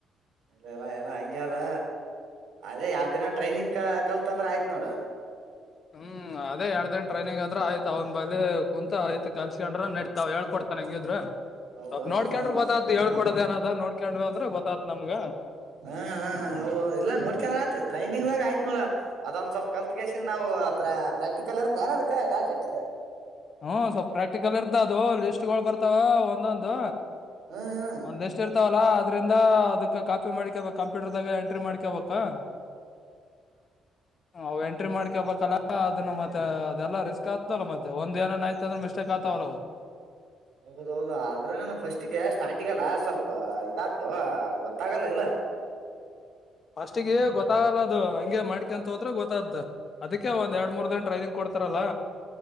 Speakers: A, on the right (about 70°); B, on the left (about 45°).
A: ಇಲ್ಲಲ್ಲಾ ಎಲ್ಲಾ ಹಂಗ್ಯದ ಅದೇ ಯಾವ ದಿನ ಟ್ರೈನಿಂಗ್ ಕ ಕಲ್ತ್ ಅಂದ್ರ ಆಯ್ತ್ ನೋಡ
B: ಹ್ಮ್ ಅದೇ ಎರ್್ದ ಗಂಟ ಟ್ರೈನಿಂಗ್ ಆದ್ರ ಆಯ್ತ ಅವ್ ಬಿ ಕುಂತ ಆಯ್ತ್ ಕಸಕೊಂಡ್ರ ನಡತಾವ ಹೇಳ್ಕ ಕೊತನ್ ಹೆಂಗಿದ್ರ
A: ಹೌದೌದು
B: ಸ್ವಪ್ ನೋಡ್ಕೊಂಡ್ರೆ ಗೊತ್ತತ್ ಹೇಳ್ಕೊಡದೇಏನದ ನೋಡ್ಕೊಂಡ್ ಅಂದ್ರೆ ಗೊತ್ತಾತ್ ನಮ್ಗ
A: ಹಾ ಹ ಇಲ್ಲಾ ನೋಡ್ಕಂದ್ರ ಆಯತತ್ ಟ್ರೈನಿಂಗ್ಗ ಆಯತ್ ಮಲ ಅದೊಂದ್ ಸ್ವಲ್ಪ ಕಲ್ತ್ ಕಲ್ಸಿದ ನಾವು ಪ್ರಾಕ್ಟಿಕಲ್ ಇರದ ಾನ ಅದ ದಾಟಿ ಇಟ್ಟಿದೆ
B: ಹ್ಮ್ ಸ್ವಲ್ಪ್ ಪ್ರಾಕ್ಟಿಕಲ್ ಇರ್ತ ಅದು ಲಿಸ್ಟ್ ಬರ್ತಾವ ಒಂದೊಂದು
A: ಹ್ಮ
B: ಒಂದ ಎಷ್ಟ ಇರ್ತಾವಲ್ಲ ಅದ್ರಿಂದ ಅದಕ್ಕೆ ಕಾಪಿ ಮಾಡ್ಕೇಳ್ಬೇಕು ಕಂಪ್ಯೂಟರ್ದಾಗ ಎಂಟ್ರಿ ಮಾಡ್ಕೇಬಬೇಕು ಅವ ಎಂಟ್ರಿ ಮಾಡ್ಕ ಬಕಲ್ಲ ಅದನ್ನು ಮತ್ತೆ ಅದೆಲ್ಲ ರಿಸ್ಕ್ ಆಗ್ತಲ್ಲ ಮತ್ತೆ ಒಂದ ಏ ಆಯತ ಅದ್ರೆ ಮಿಸ್ಟೇಕ್ ಆಗ್ತಾವಲ್ಲಾವು
A: ಹೌದೌದು ಅದ್ರಲ್ಲ ಫಸ್ಟ್ಗೆ ಸ್ಟಾರ್ಟಿಂಗಲ್ಲ ಸ್ವಲ್ಪ ಇದಾತು ಗೊತ್ತಾಗಲ್ಲ ಇಲ್ಲ
B: ಫಸ್ಟಗೆ ಗೊತ್ತಾಗಲ್ಲ ಅದು ಹಂಗೆ ಮಾಡ್ಕಂತ ಹೋದ್ರೆ ಗೊತ್ತಾದ್ದ ಅದಕ್ಕೆ ಒಂದ್ ಎರಡ್ ಮೂರ್ ದಿನ ಟ್ರೈನಿಂಗ್ ಕೊಡ್ತಾರಲ್ಲ